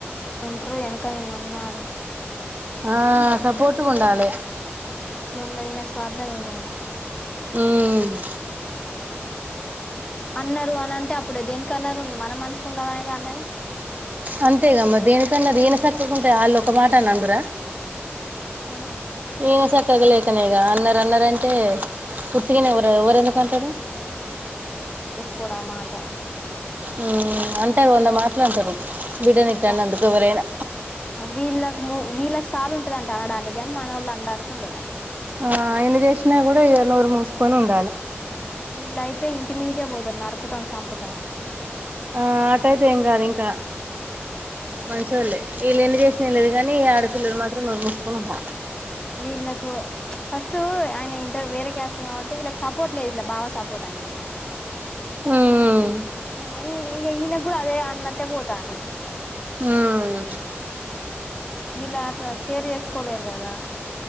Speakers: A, on the left; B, on the right.
A: ట్రూ ఎనక నేనున్నా అని
B: ఆ సపోర్ట్ గుండాలె
A: అట్లుండదు ఈయన స్వార్థం ఈయననే
B: ఉమ్
A: అన్నరు అనంటే అప్పుడు దేనికి అన్నరు, మనం మంచిగుండాలనే గా అన్నది.
B: అంతేగా మర్ దేనికన్న ఈన సక్కగుంటె ఆ లోక్ క్కమాటాన్నా అందురా?
A: ఆ
B: ఈన సక్క వదిలేకనేగా అన్న రన్నర్ అంటే పూర్తిగానే ఎవరు ఎవరెందు కంటేరు
A: కూడా మాట
B: హూ అంటారు
A: నన్న
B: వంద మాట్లు అంటారు బిడ్డని
A: ఇంకా
B: ఇట్టా అన్నందుకు ఎవరైనా
A: వీళ్ళకు వీళ్ళకి సాల్ ఉంటదంట అనడానికి గాని మనోళ్ళు అనడానికి ఉండదంట
B: ఆ ఆయన చేసినా కూడా ఇక నూరు మూసుకొని ఉన్
A: ఆ వీలై తే ఇంటి మీదకే పోతార్ నరుకుతాం సంపుతాం అని
B: ఆ అట అయితే ఏం కాదు ఇంకా మంచోల్లే వీల్ ఎన్ని చేసిన ఏం లేదు కానీ ఆడపిల్లలు మాత్రం నోరుమూసుకుని ఉండ
A: వీళ్ళలకు ఫస్ట్ ఆయన్ ఇంటర్ వేరే క్యాస్ట్ కాబట్టి వీళ్ళకి సపోర్ట్ లేదు ఇట్లా బావ సపోర్ట్ అనేది
B: ఉమ్
A: అని ఈయన కూడా అదే అన్నట్టే పోతంది
B: ఉమ్
A: విలా అట్ల షేర్ చేసుకోలేరు కదా